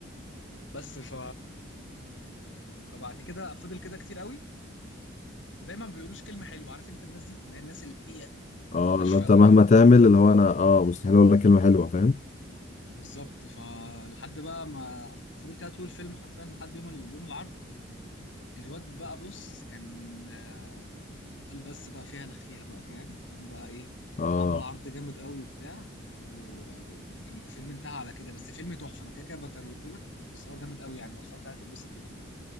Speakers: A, on the left; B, on the left.
A: بس ف فبعد كده فضل كده كتير قوي ودايما ما بيقولوش كلمه حلوه عارف انت الناس دي اللي هي الناس اللي هي
B: اه اللي
A: ناشفه
B: انت
A: قوي
B: مهما
A: دي
B: تعمل اللي هو انا اه مستحيل اقول لك كلمه حلوه فاهم
A: بالظبط فلحد بقى ما فضل كده طول الفيلم حرفيا لحد يوم ال- يوم العرض الواد بقى بص كان آه، قال بس بقى فيها لخفيها بقى فاهم قام بقى ايه
B: اه
A: عمل عرض جامد قوي وبتاع و- وكان الفيلم انتهى على كده بس فيلم تحفه انا كده كده بكرهته لك بس هو جامد قوي يعني لو اتفرجت عليه هتتبسط